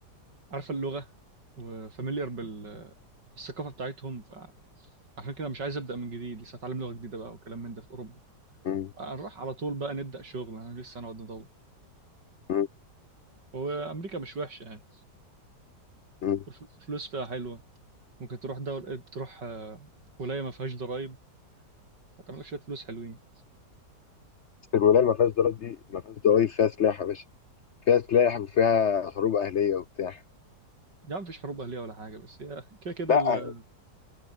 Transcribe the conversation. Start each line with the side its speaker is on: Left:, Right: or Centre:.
Right: عارف اللغه وفاميليار بال... بالثقافه بتاعتهم فعشان كده مش عايز ابدا من جديد لسه هتعلم لغه جديده بقى وكلام من ده في اوروبا
Left: مم.
Right: هنروح على طول بقى نبدأ شغل انا لسه هنقعد ندور
Left: مم.
Right: وامريكا مش وحشة يعني
Left: مم.
Right: الف- الفلوس فيها حلوة ممكن تروح دولة تروح آه، ولاية ما فيهاش ضرايب فتعمل لك شوية فلوس حلوين
Left: بس الولاية اللي ما فيهاش ضرايب دي ما فيهاش ضرايب فيها سلاح يا باشا فيها سلاح وفيها حروب أهلية وبتاع
Right: يعني مفيش حروب أهلية ولا حاجة بس هي كده كده
Left: لا
Right: ال-